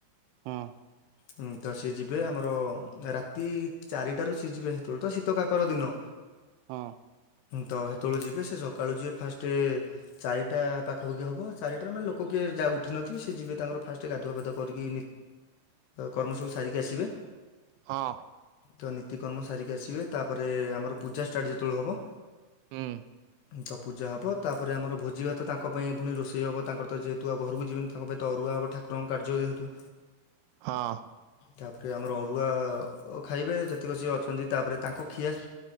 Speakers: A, on the right; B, on the left.
A: ହଁ।
B: ହଁ ତ ସିଏ ଯିବେ ଆମର ରାତି ଚାରିଟାରୁ ସିଏ ଯିବେ ସେତେବେଳେ ତ ତ କାକର ଦିନ
A: ହଁ
B: ତ ସେତେବେଳଳେ ଯିବେ ସେ ସକାଳୁ ଯିବେ ଫାଷ୍ଟ ରେ ଚାରିଟା ପାଖାପାଖି ହବ, ଚାରିଟା ମାନେ ଲୋକ କିଏ ଯେ ଉଠିନଥିବେ, ସେ ଯିବେ ତାଙ୍କର ଫାଷ୍ଟ ଗାଧୁଆ ପାଧୁଆ କରିକି କର୍ମ ସବୁ ସାରିକି ଆସିବେ।
A: ହଁ।
B: ତ ନୀତି କର୍ମ ସାରିକି ଆସିବେ ତାପରେ ଆମର ପୂଜା ଷ୍ଟାର୍ଟ ଯେତେବେଳେ ହବ
A: ହୁଁ।
B: ତ ପୂଜା ହେବ ତାପରେ ଆମର ଭୋଜି ଭାତ ତାଙ୍କ ପାଇଁ ପୁଣି ରୋଷେଇ ହେବ ତାଙ୍କର ତ ଯେହେତୁ ଆଉ ଘରକୁ ଯିବେନି ତାଙ୍କ ପାଇଁ ତ ଅରୁଆ ହେବ। ଠାକୁରଙ୍କ କାର୍ଯ୍ୟ ଯେହେତୁ।
A: ହଁ।
B: ତାପରେ ଆମର ଅରୁଆ ଖାଇବେ ଯେତିକ ସିଏ ଅଛନ୍ତି ତାପରେ ତାଙ୍କ ସ୍